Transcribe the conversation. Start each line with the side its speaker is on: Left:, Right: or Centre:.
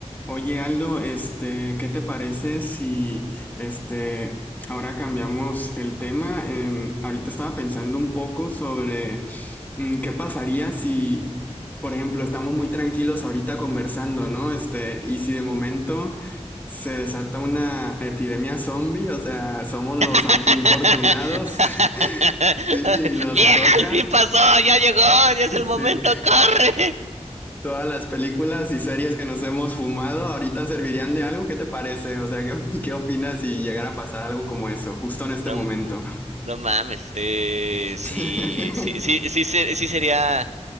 Left: Oye, Aldo, este, ¿qué te parece si este ahora cambiamos el tema? Em, ahorita estaba pensando un poco sobre mm, qué pasaría si, por ejemplo, estamos muy tranquilos ahorita conversando, ¿no? Este, y si de momento se desata una epidemia zombie, o sea, somos los
Right: <laughs>
Left: a- infortunados. <laughs> Sí, nos
Right: Vieja,
Left: toca.
Right: al fin pasó, ya llegó, ya
Left: <laughs>
Right: es
Left: Sí
Right: el momento, corre.
Left: todas las películas y series que nos hemos fumado ahorita servirían de algo. ¿Qué te parece? O sea, ¿qué, <laughs> qué opinas si llegara a pasar algo como eso, justo en este
Right: No,
Left: momento?
Right: no mames, eh, sí,
Left: <laughs>
Right: sí, sí, sí, ser- sí sería,